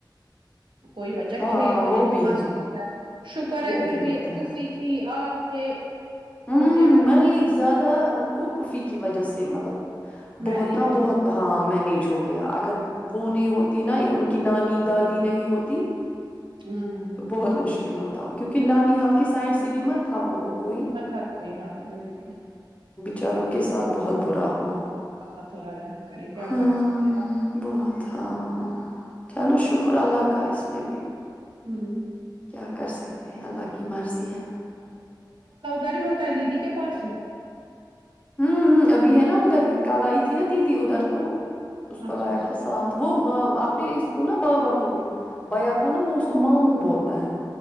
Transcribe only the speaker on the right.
کوئی بچہ
کھیل کھیل
مست ہوتا ہے شکر
ہے پھر بھی
افی تھی آپ تھے
ہو گیا پھر
مینج
ہو
گیا نا
ہمم
تھکی ہاں وہی بھی
اللہ تعالی رحم کرے کیا
کر سکتے
ہوں
د ہوتا ہے دیدی کے پاس ہی
اچھا
اچھا